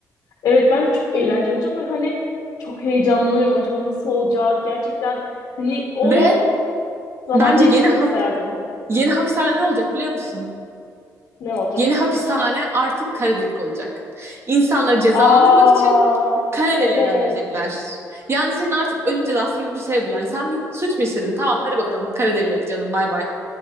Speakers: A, on the left (about 70°); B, on the right (about 40°).
A: Evet ben de çok eğlenceli olacak ve hani çok heyecanlıyım. Acaba nasıl olacak? Gerçekten hani o
B: Ve
A: zamanda
B: bence
A: yaşamak
B: yeni hap
A: isterdim.
B: yeni hapishane ne olacak biliyor musun?
A: Ne olacak?
B: Yeni hapishane artık kara delik olacak. İnsanları cezalandırmak
A: Aa
B: için Kara
A: evet
B: deliğe gönderecekler. Yani senin artık ölüm cezası gibi bir şey bu. Yani sen bir suç mu işledin? Tamam hadi bakalım kara deliğe canım bay bay.